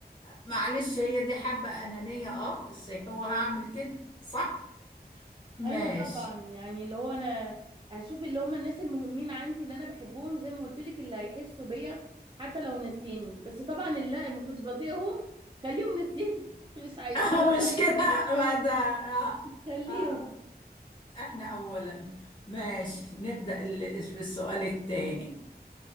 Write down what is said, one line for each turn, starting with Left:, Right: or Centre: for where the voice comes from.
Left: معلش هي دي حبة أنانية اه بس هو هعمل كده صح ماشي
Right: ايوه طبعا يعني اللي هو انا هشوف اللي هم الناس المهمين عندي اللي انا بحبهم زي ما قلت لك اللي هيحسوا بيا حتى لو ناسيني بس طبعا اللي ما كنتش بطيقهم خليهم ناسيني <laughs> مش عايزاه
Left: <laughs> مش كده ما ده اه
Right: خليهم
Left: اه احنا اولا ماشي نبدأ ال- في السؤال الثاني